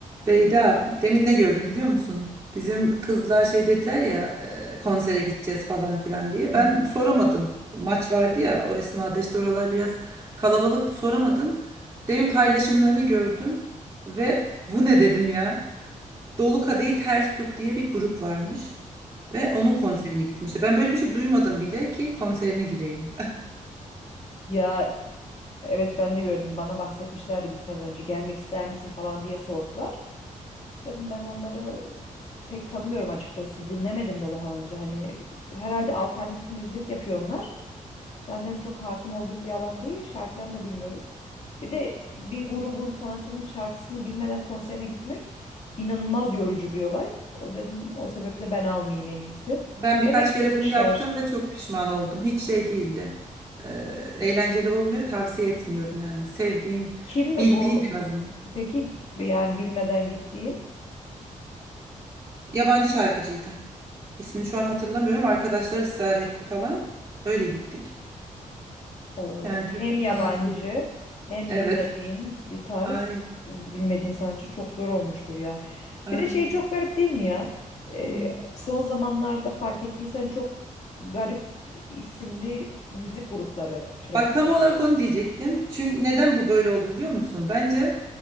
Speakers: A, on the right; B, on the left.
A: Beyda, demin ne gördüm biliyor musun? Bizim kızlar şey dediler ya e, konsere gideceğiz falan filan diye.
B: Hı
A: Ben
B: hı.
A: soramadım. Maç vardı ya o esnada işte oralar biraz kalabalıktı soramadım. Demin paylaşımlarını gördüm ve bu ne dedim ya? Dolu Kadehi Ters Tut diye bir grup varmış ve onun konserine gitmişti. Ben böyle bir şey duymadım bile ki konserine gideyim.
B: Ya evet ben de gördüm. Bana bahsetmişlerdi gitmeden önce gelmek ister misin falan diye sordular. Dedim ben onları pek tanımıyorum açıkçası. Dinlemedim de daha önce. Hani herhalde alternatif müzik yapıyor onlar. Benden çok hakim olduğum bir alan değil. Şarkılarını da bilmiyorum. Bir de bir grubun sanatçının şarkısını bilmeden konserine gitmek inanılmaz yorucu bir olay. O dedim o sebeple ben almayayım en iyisi.
A: Ben birkaç
B: Demek
A: kere
B: gitmişler.
A: bunu yaptım ve çok pişman oldum. Hiç şey değildi. Ee, eğlenceli olmuyor, tavsiye etmiyorum yani. Sevdiğin,
B: Kimdi
A: bildiğin
B: bu?
A: en azından.
B: Peki yani bilmeden gittiğin?
A: Yabancı şarkıcıydı. İsmini şu an hatırlamıyorum. Arkadaşlar ısrar etti falan. Öyle gittik.
B: O
A: Yani
B: hem
A: Türk
B: yabancı
A: sanatçı değil.
B: hem
A: Evet.
B: bilmediğin bir tarz,
A: Aynen,
B: bilmediğin sanatçı çok zor olmuştur ya.
A: aynen.
B: Bir de şey çok garip değil mi ya? Ee,
A: Hı.
B: son zamanlarda fark ettiysen çok garip isimli müzik grupları türedi
A: Bak tam
B: bir
A: olarak
B: anda.
A: onu diyecektim. Çünkü neden bu böyle oldu biliyor musun? Bence